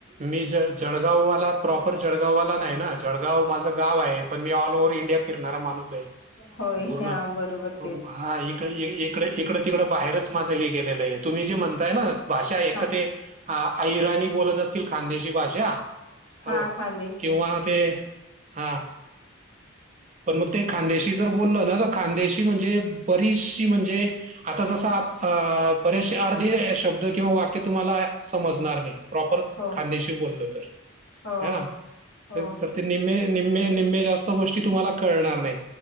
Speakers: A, on the right; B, on the left.
A: मी ज जळगाववाला प्रॉपर जळगाववाला नाही ना जळगाव माझं गाव आहे पण मी ऑलओव्ह इंडिया फिरणारा माणूस आहे
B: होय
A: पूर्ण
B: हा बरोबर ते
A: हा इकड इकडं तिकडं बाहेरच माझं हे गेलेलं आहे तुम्ही जे म्हणताय ना भाषा एक
B: हा
A: तर ते हिराणी बोलत असतील खांदेची भाषा हो
B: हा खानदेशी
A: किंवा ते हा पण मग ते खानदेशी जर बोललं ना तर खानदेशी म्हणजे बरीचशी म्हणजे आता जसं बरेचसे अर्धे शब्द किंवा वाक्य तुम्हाला समजणार नाही प्रॉपर
B: हो
A: खांद्याशी बोलल तर
B: हो
A: ह ना
B: हो
A: निम्मे निम्मे निम्मे जास्त गोष्टी तुम्हाला कळणार नाहीत